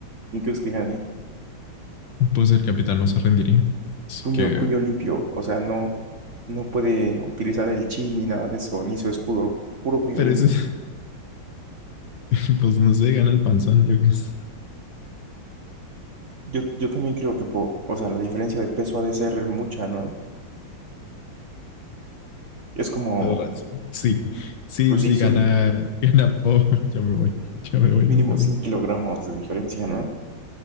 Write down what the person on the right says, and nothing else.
¿Quién crees que gane?
Puño,
puño limpio. O sea, no, no puede utilizar el chi ni nada de eso, ni su escudo. Puro puño
limpio.
Yo, yo también creo que Po. O sea, la diferencia de peso ha de ser mucha, ¿no? Es como,
pues
sí, son
mínimo
100 kilogramos de diferencia, ¿no?